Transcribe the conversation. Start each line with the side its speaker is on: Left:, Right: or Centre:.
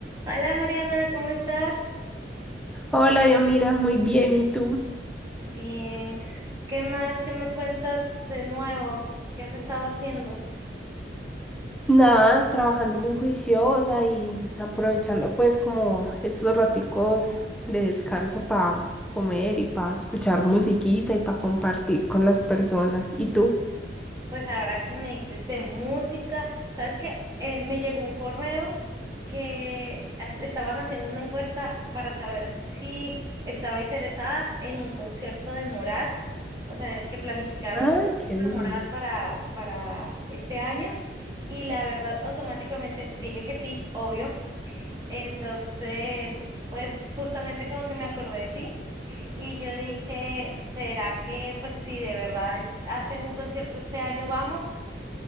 Right: Hola Mariana, ¿cómo estás?
Centre: Hola, mira, muy bien. ¿Y tú?
Right: Bien. ¿Qué más? ¿Qué me cuentas de nuevo? ¿Qué has estado haciendo?
Centre: Nada, trabajando muy juiciosa y aprovechando pues como estos raticos de descanso para comer y para escuchar musiquita y para compartir con las personas. ¿Y tú?
Right: Pues ahora que me dices de música, ¿sabes qué? Eh, me llegó un correo que as- estaban haciendo una encuesta para saber si estaba interesada en un concierto de Morat, o sea, que planificaran
Centre: ay
Right: un concierto
Centre: qué bien.
Right: de Morat para, para este año. Y la verdad, automáticamente dije que sí, obvio. Entonces, pues justamente como que me acordé de ti y yo dije, ¿será que pues si de verdad hacen un concierto este año vamos?